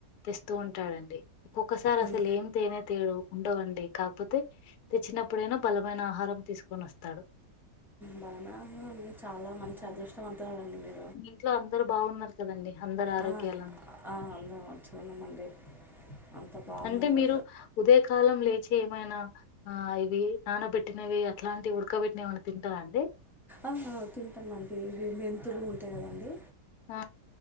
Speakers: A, on the left; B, in the centre.
A: తెస్తూ ఉంటాడండి ఒక్కొక్కసారి
B: ఉమ్,
A: అసలు ఏం తేనె తేడు ఉండవండి కాకపోతే తెచ్చినప్పుడెమో బలమైన ఆహారం తీసుకొని వస్తాడు
B: బలమైన ఆహారం అండి చాలా మంచి
A: ఉమ్,
B: అదృష్టవంతులండి మీరు
A: ఇంట్లో అందరు బాగున్నారు కదండి అందరు ఆరోగ్యాలు
B: ఆ, ఆ, అందరం మంచిగా ఉన్నామండి అంత బాగున్నారు
A: అంటే మీరు ఉదయ కాలం లేచి ఏమైనా ఆ ఇ నానబెట్టినవి అట్లాంటి ఉడకబట్టినవి ఎమైనా తింటారా అండి
B: ఆ తింటాం అండి ఇవి మెంతులు ఉంటాయి కదండి
A: ఆ